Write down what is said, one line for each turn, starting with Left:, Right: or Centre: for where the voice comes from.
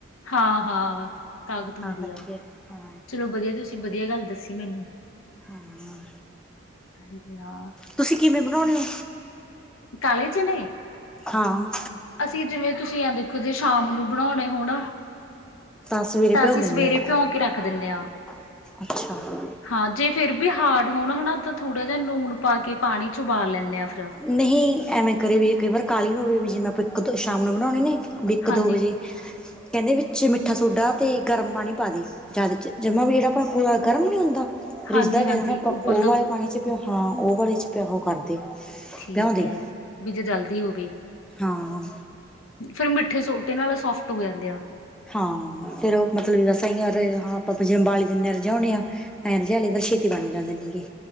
Left: ਹਾਂ ਹਾਂ। ਤਾਕਤ
Centre: ਤਾਂ
Left: ਹੁੰਦੀ
Centre: ਕਰਕੇ
Left: ਆ,
Centre: ਹਾਂ
Left: ਚਲੋਂ ਵਧੀਆ ਤੁਸੀਂ ਵਧੀਆ ਗੱਲ ਦੱਸੀ ਮੈਨੂੰ।
Centre: ਹਾ ਆ।
Left: ਹਾਂਜੀ ਹਾਂ।
Centre: ਤੁਸੀਂ ਕਿਵੇਂ ਬਣਾਉਣੇ ਉ?
Left: ਕਾਲੇ ਚਨੇ?
Centre: ਹਾਂ।
Left: ਅਸੀਂ ਜਿਵੇਂ ਤੁਸੀਂ ਐ ਦੇਖੋਂ, ਜੇ ਸ਼ਾਮ ਨੂੰ ਬਣਾਉਣੇ ਹੋਣ
Centre: ਸਵੇਰੇ
Left: ਤਾਂ
Centre: ਭਿਓ
Left: ਅਸੀਂ
Centre: ਦਿੰਦੇ
Left: ਸਵੇਰੇ
Centre: ਹੋ
Left: ਭਿਉਂ ਕੇ ਰੱਖ ਦਿੰਨੇ ਆ।
Centre: ਅੱਛਾ।
Left: ਹਾਂ ਜੇ ਫੇਰ ਵੀ ਹਾਰਡ ਹੋਣ ਹਾਨਾ, ਤਾਂ ਥੋੜ੍ਹਾ ਜਿਹਾ ਨੂਨ ਪਾ ਕੇ ਪਾਣੀ ਚ ਉਬਾਲ ਲੈਂਨੇ ਆ ਫਿਰ।
Centre: ਨਹੀਂ ਐਵੇਂ ਕਰੇ, ਵੀ ਜੇ ਕਈ ਵਾਰ ਕਾਹਲੀ ਹੋਵੇ ਵੀ ਜਿਵੇਂ ਆਪਾਂ ਇੱਕ ਦ ਸ਼ਾਮ ਨੂੰ ਬਣਾਉਣੇ ਨੇ। ਵੀ ਇੱਕ
Left: ਹਾਂਜੀ
Centre: ਦੋ ਵਜੇ, ਕਹਿੰਦੇ ਵਿੱਚ ਮਿੱਠਾ ਸੋਡਾ ਤੇ ਗਰਮ ਪਾਣੀ ਪਾ ਦੀ। ਜਦ ਚ ਜੰਮਾ ਵੀ ਜਿਹੜਾ ਆਪ ਪੂਰਾ ਗਰਮ ਨੀ ਹੁੰਦਾ ਰਿੱਝਦਾ
Left: ਹਾਂਜੀ
Centre: ਕਹਿ
Left: ਹਾਂਜੀ
Centre: ਦਿੰਦੇ ਆਪਾਂ
Left: ਉਬਲਦਾ
Centre: ਉਹ ਵਾਲੇ
Left: ਉਬਲ
Centre: ਪਾਣੀ ਚ ਹਾਂ ਉਹ ਵਾਲੇ ਚ ਪਿਆਓ ਕਰਦੇ
Left: ਠੀਕ
Centre: ਭਿਉਂਦੇ
Left: ਹੈ ਵੀ ਜੋੇ ਜਲਦੀ ਹੋਵੇ
Centre: ਹਾਂ
Left: ਫਿਰ ਮਿੱਠੇ ਸੋਡੇ ਨਾਲ ਸੋਫਟ ਹੋ ਜਾਂਦੇ ਆ
Centre: ਹਾਂ ਫੇਰ ਉਹ ਮਤਲਬ ਬਸ ਐ ਈ ਆਰ ਹਾਂ ਆਪਾਂ ਬਾਲੀ ਦੀਨੇ ਆ, ਰਜੋਣੇ ਆ। ਐ ਰਜਾ ਲਿਆ ਕਰੋ, ਛੇਤੀ ਬਣ ਜਾਂਦੇ ਨੇਗੇ।